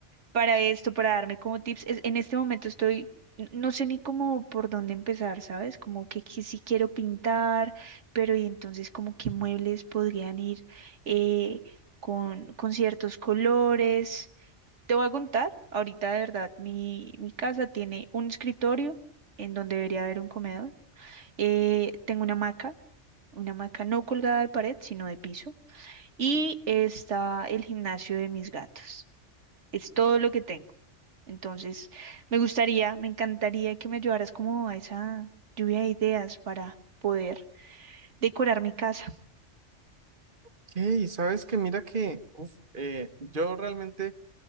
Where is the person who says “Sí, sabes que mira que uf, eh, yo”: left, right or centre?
Right